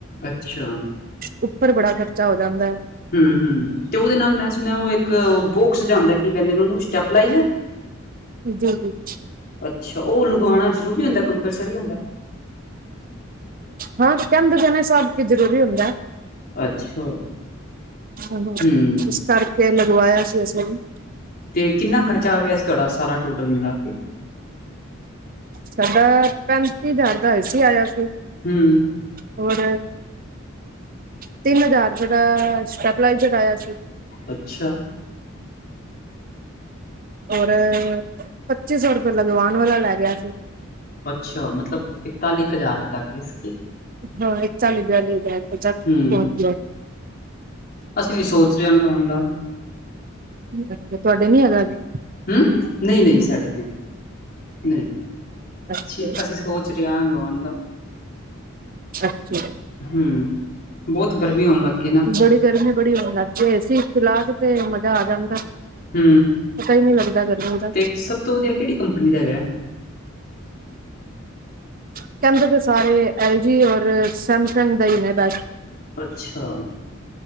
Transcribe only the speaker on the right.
ਉੱਪਰ ਬੜਾ ਖ਼ਰਚਾ ਹੋ ਜਾਂਦੈ।
ਦੇ ਵਿਚ।
ਹਾਂ ਕੈਂਦੇ ਪਏ ਨੇ ਸਭ, ਕੀ ਜ਼ਰੂਰੀ ਹੁੰਦੈ।
ਹਾਂ-ਹਾਂ,
ਇਸ ਕਰਕੇ ਲਗਵਾਇਆ ਸੀ ਅਸੀ ਵੀ।
ਸਾਡਾ ਪੈਂਤੀ ਹਜ਼ਾਰ ਦਾ ਏ ਸੀ ਆਇਆ ਸੀ।
ਔਰ ਤਿੰਨ ਹਜ਼ਾਰ ਰੁਪਏ ਦਾ, ਸਟੈਪਲਾਈਜ਼ਰ ਆਇਆ ਸੀ।
ਔਰ ਪੱਚੀ ਸੌ ਰੁਪਏ ਲਗਵਾਨ ਵਾਲਾ ਲੈ ਗਿਆ ਸੀ।
ਹਾਂ, ਇਕਚਾਲੀ-ਬੇਆਲੀ ਹਜ਼ਾਰ। ਪਚਾਸ
ਪਹੁੰਚ ਗਿਆ
ਅੱਛਾ, ਤੁਹਾਡੇ ਨੀ ਹੈਗਾ ਅਬੀ?
ਅੱਛਾ
ਅੱਛਾ ਜੀ।
ਬੜੀ ਗਰਮੀ ਬੜੀ ਹੋਣ ਲੱਗ ਪਈ ਏ -ਏ ਸੀ ਚਲਾ ਕੇ ਤੇ ਮਜ਼ਾ ਆ ਜਾਂਦਾ।
ਪਤਾ ਹੀ ਨਹੀਂ ਲੱਗਦਾ ਗਰਮੀ ਦਾ
ਕਹਿੰਦੇ ਤੇ ਸਾਰੇ ਐਲ ਜੀ, ਔਰ ਸੈਮਸੰਗ, ਦਾ ਹੀ ਨੇ ਬੈਸਟ।